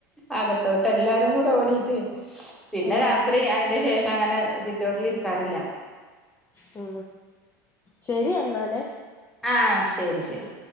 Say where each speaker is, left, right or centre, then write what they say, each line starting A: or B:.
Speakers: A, in the centre; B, on the left.
A: അകത്തോട്ട് എല്ലാരും കൂടെ ഓടീട്ട് പിന്നെ രാത്രി
B: ആഹ്
A: അയ്ന്റെ ശേഷങ്ങനെ സിറ്റൗട്ടിലിരിക്കാറില്ല.
B: മ്. ശെരി എന്നാലെ.
A: ആഹ് ശെരി ശെരി.